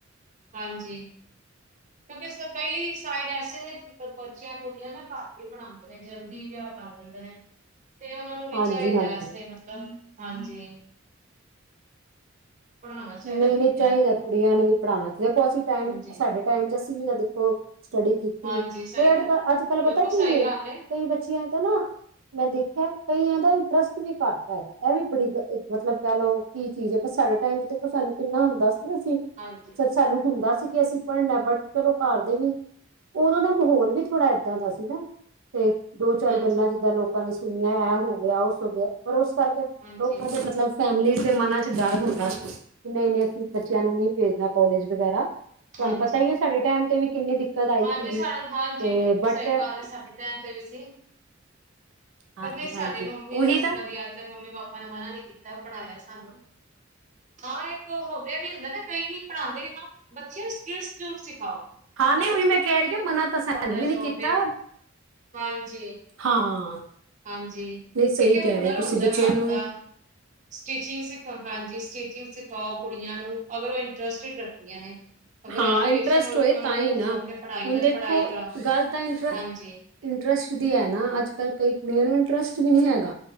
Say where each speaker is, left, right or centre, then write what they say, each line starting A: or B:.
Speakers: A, on the right (about 40°); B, on the right (about 90°).
A: ਹਾਂਜੀ। ਕਿਉਂਕਿ ਇਸ ਦੇ ਕਈ ਸਾਈਡ ਐਸੇ ਨੇ ਜਿੱਥੇ ਬੱਚੇ ਕੁੜੀਆਂ ਨਾ ਘੱਟ ਈ ਪੜ੍ਹਾਂਦੇ ਨੇ ਜਲਦੀ ਵਿਆਹ ਕਰ ਦੇਂਦੇ ਨੇ। ਤੇ ਓਨਾਂ ਨੂੰ ਵੀ
B: ਹਾਂਜੀ
A: ਚਾਈਦਾ
B: ਹਾਂਜੀ
A: ਐਸੇ ਮਤਲਬ ਮਤਲਬ ਹਾਂਜੀ। ਪੜ੍ਹਾਉਣਾ ਚਾਹੀਦਾ
B: ਨਈ
A: ਕੁੜੀਆਂ
B: ਨਈ ਚਾਈਦਾ
A: ਨੂੰ ਨਾ
B: ਕੁੜੀਆਂ ਨੂੰ ਵੀ ਪੜ੍ਹਾਣਾ ਤੇ ਦੇਖੋ ਅਸੀਂ ਟਾਈਮ
A: ਹਾਂਜੀ
B: ਸਾਡੇ ਟਾਈਮ 'ਚ ਅਸੀਂ ਵੀ ਤਾਂ ਦੇਖੋ ਸਟੱਡੀ ਕੀਤੀ
A: ਹਾਂਜੀ
B: ਏ,
A: ਸਹੀ
B: <unintelligible>
A: ਗੱਲ
B: ਅੱਜ ਕੱਲ
A: ਬਿਲਕੁਲ
B: ਪਤਾ ਕੀ
A: ਸਹੀ
B: ਏ
A: ਗੱਲ
B: ਕਈ ਬੱਚਿਆਂ ਦਾ ਨਾ ਮੈਂ ਦੇਖਿਆ ਕਈਦਾ ਇੰਟਰਸਟ ਵੀ ਘੱਟ ਹੈਗਾ ਐ ਵੀ ਬੜੀ ਮਤਲਬ ਕਹਿ ਲੋ ਕੀ ਚੀਜ਼ ਐ ਪਰ ਸਾਡੇ ਟਾਈਮ 'ਚ ਦੇਖੋ ਸਾਨੂੰ ਕਿੰਨਾ ਹੁੰਦਾ ਸੀ ਨਾ ਅਸੀਂ
A: ਹਾਂਜੀ
B: <unintelligible> ਸਾਨੂੰ ਹੁੰਦਾ ਸੀ ਕਿ ਅਸੀਂ ਪੜਨਾ ਐ ਬਟ ਚਲੋ ਘਰ ਦੇ ਵੀ ਓਦੋਂ ਦਾ ਮਾਹੌਲ ਵੀ ਥੋੜਾ ਏਦਾਂ ਦਾ ਸੀ ਨਾ। ਤੇ ਦੋ ਚਾਰ
A: ਹਾਂਜੀ
B: ਗੱਲਾਂ ਜਿੱਦਾਂ ਲੋਕਾਂ ਨੇ ਸੁਨਿਆਂ ਐ ਹੋ ਗਿਆ ਉਸ ਹੋ ਗਿਆ ਔਰ ਉਸ ਕਰਕੇ
A: ਹਾਂਜੀ
B: ਲੋਕਾਂ ਦੇ ਮਤਲਬ ਫੈਮਲੀ ਦੇ ਮਨਾਂ 'ਚ ਡਰ ਹੁੰਦਾ ਸੀ। ਕਿ ਨਈ ਨਈ ਅਸੀਂ ਬੱਚਿਆਂ ਨੂੰ ਨੀ ਭੇਜਨਾ ਕੋਾਲਜ ਵਗੈਰਾ ਤੁਹਾਨੂੰ
A: ਹਾਂਜੀ
B: ਪਤਾ ਈ ਐ ਸਾਡੇ ਟਾਈਮ ਤੇ ਵੀ ਕਿੰਨੀ ਦਿੱਕਤ ਆਈ
A: ਹਾਂਜੀ
B: ਸੀਗੀ
A: <unintelligible> ਹਾਂਜੀ
B: ਤੇ
A: ਬਿਲਕੁਲ
B: ਬਟ
A: ਸਈ ਗੱਲ ਐ ਸਾਡੇ ਟਾਈਮ ਤੇ ਵੀ ਸੀ।
B: ਹਾਂਜੀ
A: ਪਰ ਨਹਈ
B: ਹਾਂਜੀ
A: ਸਾਡੇ ਮੰਮੀ
B: ਉਹੀ
A: ਨੇ ਵੈਸੇ
B: ਤਾਂ
A: ਕਦੀ ਅੱਜ ਤੱਕ ਮੰਮੀ ਪਾਪਾ ਨੇ ਮਨਾ ਨੀ ਕੀਤਾ ਪੜ੍ਹਾਇਆ ਸਾਨੂੰ। ਹਾਂ ਇੱਕ ਹੋ <unintelligible> ਵੀ ਹੁੰਦਾ ਨਾ ਕਈ ਹੀ ਪੜ੍ਹਾਦੇ ਨਾ ਬੱਚਿਆਂ ਨੂੰ ਸ੍ਕਿਲ ਸਕੂਲ ਸਿਖਾਓ।
B: ਹਾਂ ਨਹੀਂ
A: ਅਗਰ
B: ਉਹੀ
A: <unintelligible> ਕੁੜੀਆਂ
B: ਮੈਂ ਕਹਿ ਰਹੀ ਹਾਂ
A: ਦਾ
B: ਮਨਾ
A: ਬ੍ਯੂਟੀ
B: ਤਾਂ ਸਾਨੂੰ
A: ਪਾਰਲਰ
B: ਵੀ
A: ਦਾ
B: ਨੀ
A: ਸ਼ੌਕ
B: ਕੀਤਾ
A: ਏ ਹਾਂਜੀ।
B: ਹਾਂ।
A: ਹਾਂਜੀ
B: ਨਹੀਂ
A: ਇੱਕ
B: ਸਹੀ
A: ਐ
B: ਕਹਿ
A: ਹੁਨਰ
B: ਰਹੇ ਹੋ ਤੁਸੀਂ
A: ਹੁੰਦਾ
B: ਬੱਚਿਆਂ
A: ਹੱਥ
B: ਨੂੰ
A: ਦਾ। ਸਟਿਚਿੰਗ ਸਿਖਾ ਹਾਂਜੀ ਸਟਿਚਿੰਗ ਸਿਖਾਓ ਕੁੜੀਆਂ ਨੂੰ, ਅਗਰ ਓ ਇੰਟਰਸਟਡ ਰੱਖਦੀਆਂ ਨੇ। ਅਗਰ
B: ਹਾਂ
A: ਐਜੂਕੇਸ਼ਨ
B: ਇੰਟਰਸਟ
A: ਓਨਾਂ
B: ਹੋਏ ਤਾਂ
A: ਨੂੰ
B: ਹੀ
A: ਸ਼ੌਕ
B: ਨਾ
A: ਐ ਪੜਾਈ
B: ਹੁਣ
A: ਦਾ,
B: ਦੇਖੋ
A: ਪੜ੍ਹਾਈ ਕਰਾ
B: ਗੱਲ ਤਾਂ ਇੰਟਰ
A: ਹਾਂਜੀ।
B: ਇੰਟਰਸਟ ਦੀ ਐ ਨਾ ਅੱਜ ਕੱਲ ਕਈ ਕੁੜੀਆਂ ਨੂੰ ਇੰਟਰਸਟ ਵੀ ਨੀ ਹੈਗਾ।